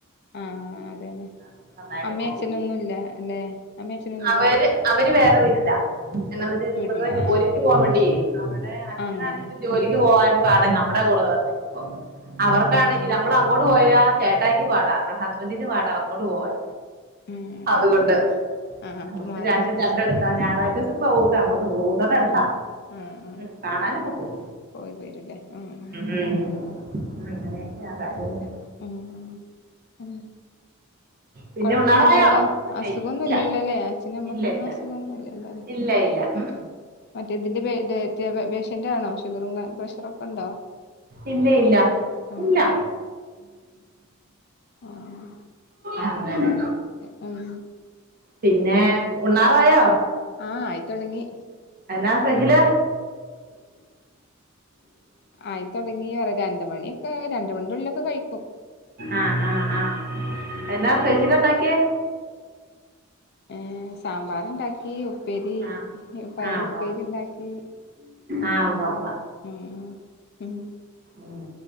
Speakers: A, on the left (about 50°); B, on the right (about 45°).
A: ആഹ്
B: അതോണ്ട്
A: അതന്നെ
B: നന്നായിട്ട്
A: അമ്മേ
B: നോക്കും
A: അച്ഛനൊന്നുല്ല അല്ലെ അമ്മേ അച്ഛനൊന്നുല്ല
B: അവര് അവര് വേറെ വീട്ട്ല എന്നാന്ന് വെച്ചാ
A: വീട്ടില
B: ഇവര്ടെ ജോലിക്ക്
A: ആഹ്
B: പോവാൻ വേണ്ടിയേ അവടെ അച്ഛനാണെങ്കി
A: അങ്ങനെ
B: ജോലിക്ക്
A: ആഹ്
B: പോവാൻ പാട നമ്മുടെ കൂടെ വന്നേക്ക് മ്പോ അവർക്കാണെങ്കി
A: ഉം ഉം ഉം
B: ഞ നമ്മളങ്ങോട് പോയാ ചേട്ടായിക്ക് പാടാ വിടെ ഹസ്ബന്റിന് പാടാ അങ്ങോട്ട് പോവാൻ
A: ഉം
B: അതുകൊണ്ട്
A: അങ്ങനെ
B: അതുകൊണ്ട്
A: ആഹ് അപ്പൊ മാറി
B: രണ്ടും
A: താമസിക്കാ
B: രണ്ടടുത്ത
A: ഉം
B: ഞായറാ ദോസം പോവുംട്ടങ്ങോട്ട് പോകൂട്ടാ തൊട്ടെടുത്താ
A: അങ്ങനെ ആഹ് ആഹ്
B: ഉം കാണാനൊക്കെ പോവും
A: പോയി വരുലേ ഉം ഉം
B: ഉം അങ്ങനെയൊക്കെയാ കാര്യങ്ങള്
A: അതെ ആഹ് ഉം
B: പിന്നെ
A: കൊഴപ്പൊന്നുല്യല്ലോ
B: ഉണ്ണാറായോ ഒരു മണിയായി
A: അസുഖൊന്നുല്യല്ലലേ
B: ഇല്ല
A: അച്ഛന അമ്മക്കൊന്നും
B: ഇല്ല ഇല്ല
A: അസുഖൊന്നുംല്ല്യല്ലോ
B: ഇല്ല ഇല്ല ഉം
A: മറ്റേ ഇതിന്റെ പേ ഡേറ്റാപേഷ്യന്റ് ആണോ? ഷുഗറും പ്രഷറൊക്കെ ഉണ്ടോ
B: ഇല്ല ഇല്ല
A: ആഹ്
B: ഇല്ല
A: ആഹ്
B: അങ്ങനെ
A: അതെ ഉം
B: പിന്നെ ഉണ്ണാറായോ?
A: ആഹ് ആയിത്തൊടങ്ങി
B: എന്നാ സ്പെഷൽ
A: ആയിത്തൊടങ്ങീറ്യ രണ്ട്മണിയൊക്കെ രണ്ട് മണിന്റെ ഉള്ളിലൊക്കെ കഴിക്കും
B: ആഹ് ആഹ് ആഹ് എന്നാ സ്പെഷല്ണ്ടാക്ക്യേ?
A: ഏഹ് സാമ്പാറ്ണ്ടാക്കി ഉപ് ഉപ്പേരി
B: ആഹ്
A: പയറുപ്പേരിണ്ടാക്കി
B: ആഹ് ഉവ്വ ആഹ്
A: ഉം
B: ഉവ്വ ഉവ്വ
A: ഉം ഉം
B: ഉം